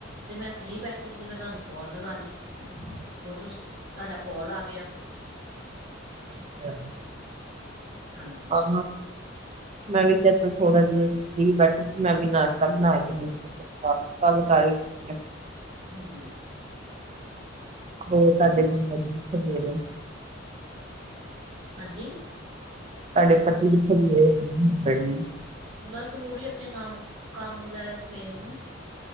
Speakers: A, on the right (about 75°); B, on the right (about 35°).
A: ਤੇ ਮੈਂ ਫ੍ਰਰੀ ਬੈਠੀ ਸੀ ਮੈਂ ਤੁਹਾਨੂੰ ਕੋਲ ਲਗਾ ਲਈ, ਉਹ ਤੁ ਤੁਹਾਡਾ ਕੋਲ ਆ ਗਿਆ।
B: ਹ <inaudible>
A: ਹਾਂਜੀ
B: ਹਾਂ। ਮੈਂ ਵੀ ਕਿਹਾ ਥੋੜਾ ਚਲ ਜਿਹਾ ਫ੍ਰੀ ਬੈਠੀ ਸੀ, ਮੈਂ ਵੀ ਨਾਸ਼ਤਾ ਬਣਾ ਕੇ ਗੱਲ ਕਰ ਹੀ ਲੈਣੀ ਆ।
A: ਹੂੰ,
B: ਹੋਰ ਤੁਹਾਡੇ
A: ਹਾਂਜੀ
B: ਮੇਰੇ <inaudible>
A: ਹਾਂਜੀ।
B: ਸਾਡੇ ਪਤੀ ਕਿੱਥੇ ਵੀ ਇਹ <inaudible>
A: ਬਸ ਉਹ ਵੀ ਆਪਣੇ ਕੰਮ ਕੰਮ ਵਗੈਰਾ ਗਏ ਦੇ ਨੇ,